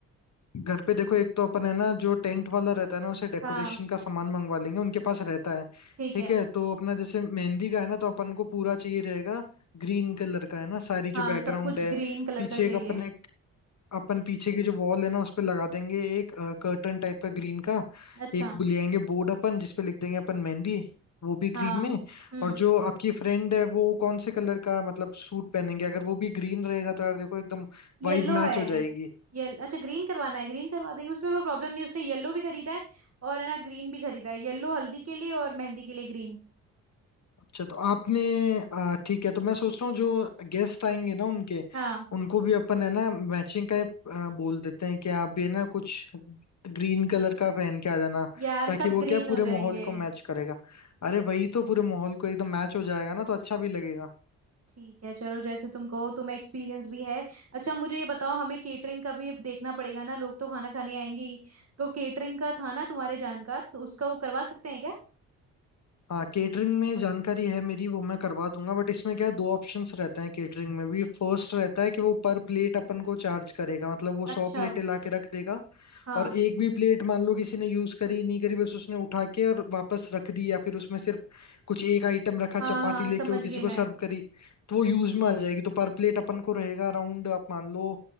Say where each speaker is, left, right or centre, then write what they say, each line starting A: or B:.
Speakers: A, on the left; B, on the right.
A: घर पे देखो एक तो अपन है ना जो टेंट वाला रहता है ना उसे डेकोरेशन
B: हाँ
A: का सामान मंगवा लेंगे उनके पास रहता है
B: ठीक
A: ठीक
B: है
A: है तो अपना जैसे मेहंदी का है ना तो अपन को पूरा चाहिए रहेगा ग्रीन कलर का है ना सारी जो
B: हाँ
A: बैकग्राउंड
B: सब कुछ
A: है
B: ग्रीन कलर
A: पीछे
B: का चाहिए
A: एक अपने अपन पीछे की जो वॉल है ना उस पे लगा देंगे एक कर्टन टाइप का ग्रीन का
B: अच्छा
A: एक ले आएंगे बोर्ड अपन जिसपे लिख देंगे अपन मेहंदी वो भी
B: हाँ
A: ग्रीन में
B: हम्म
A: और जो आपकी फ्रेंड है वो कौन से कलर का मतलब सूट पहनेंगे अगर वो भी ग्रीन रहेगा तो यार देखो एकदम वाइब
B: येलो
A: मैच
B: है
A: हो जाएगी
B: ये अच्छा ग्रीन करवाना है ग्रीन करवा देंगे उसमें कोई प्रॉब्लम नहीं है, उसने येलो भी खरीदा है और है ना ग्रीन भी खरीदा है येलो हल्दी के लिए और मेहंदी के लिए ग्रीन
A: अच्छा तो आपने आ, ठीक है तो मैं सोच रहा हूँ जो गेस्ट आएंगे ना उनके
B: हाँ
A: उनको भी अपन है ना मैचिंग का एक, आ, बोल देते हैं कि आप भी है ना कुछ ग्रीन कलर का पहन के आ जाना
B: यार
A: ताकि
B: सब
A: वो
B: ग्रीन
A: क्या पूरे
B: हो जाएंगे
A: माहौल को मैच करेगा अरे वही तो पूरे माहौल को एकदम मैच हो जाएगा ना तो अच्छा भी लगेगा
B: ठीक है चलो जैसे तुम कहो तुम्हें एक्सपीरियंस भी है अच्छा मुझे ये बताओ हमें केटरिंग का भी अब देखना पड़ेगा ना लोग तो खाना खाने आएंगे ही तो केटरिंग का था ना तुम्हारे जानकार तो उसका वो करवा सकते हैं क्या
A: हाँ केटरिंग में जानकारी है मेरी वो मैं करवा दूंगा बट इसमें क्या है दो ऑप्शंस रहते हैं केटरिंग में भी फर्स्ट रहता है कि वो पर प्लेट अपन को चार्ज करेगा मतलब वो
B: अच्छा
A: सौ प्लेटें ला के रख देगा
B: हाँ
A: और एक भी प्लेट मान लो किसी ने यूज करी नहीं करी बस उसने उठा के और वापस रख दी या फिर उसमें सिर्फ कुछ एक आइटम रखा
B: हाँ
A: चपाती
B: हाँ
A: लेके
B: समझ
A: वो
B: गई
A: किसी
B: मैं
A: को सर्व करी तो वो यूज में आ जाएगी तो पर प्लेट अपन को रहेगा अराउंड आप मान लो